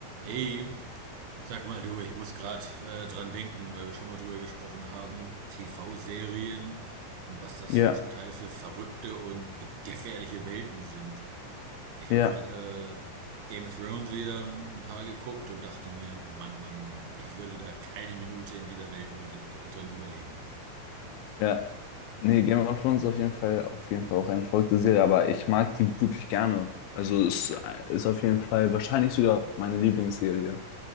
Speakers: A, on the right; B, on the left.
A: Hey, sag mal du, ich muss gerade äh, dran denken, weil wir schon mal drüber gesprochen haben, TV-Serien und was das
B: Ja,
A: zum Teil für verrückte und ge gefährliche Welten sind. Ich
B: ja.
A: habe gerade äh, Game of Thrones wieder ein paar geguckt und dachte mir, Mann, Mann, Mann, ich würde da keine Minute in dieser Welt überle äh, drin überleben.
B: Ja, nee, Game of Thrones ist auf jeden Fall, auf jeden Fall auch eine verrückte Serie, aber ich mag die wirklich gerne. Also es ist auf jeden Fall wahrscheinlich sogar meine Lieblingsserie,